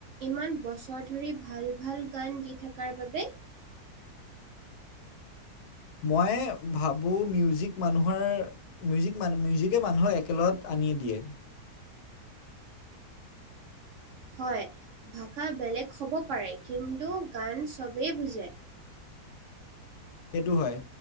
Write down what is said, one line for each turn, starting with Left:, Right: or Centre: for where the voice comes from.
Right: ইমান বছৰ ধৰি ভাল ভাল গান দি থকাৰ বাবে।
Left: মই ভাবোঁ মিউজিক মানুহৰ- মিউজিক মান মিউজিকে মানুহক একেলগত আনিয়ে দিয়ে।
Right: হয়, ভাষা বেলেগ হ'ব পাৰে কিন্তু গান চবেই বুজে।
Left: সেইটো হয়।